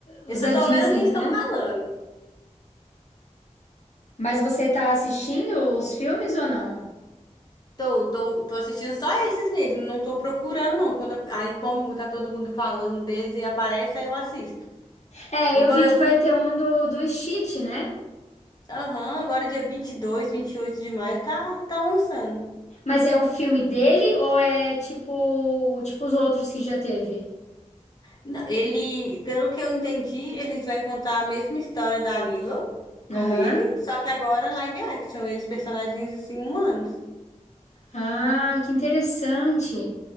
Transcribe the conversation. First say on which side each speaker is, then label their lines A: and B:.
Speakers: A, on the left (about 35°); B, on the left (about 65°).
A: Eu
B: Os
A: só
B: da
A: tô
B: Disney,
A: vendo o que eles
B: né?
A: estão falando.
B: Mas você tá assistindo os filmes ou não?
A: Tô, tô, tô assistindo só esses mesmo, não tô procurando não. Quando, aí como tá todo mundo falando deles e aparece, aí eu assisto.
B: É,
A: Igual
B: eu vi
A: eu
B: que
A: fui,
B: vai ter um do, do Stitch, né?
A: aham, agora dia vinte vinte e dois vinte e oito de maio, tá, tá lançando.
B: Mas é o filme dele ou é tipo, tipo os outros que já teve?
A: Não, Ele, pelo que eu entendi, eles vai contar a mesma história da Lilo com
B: Aham.
A: ele, só que agora live action, eles personagens assim humanos.
B: Ah, que interessante.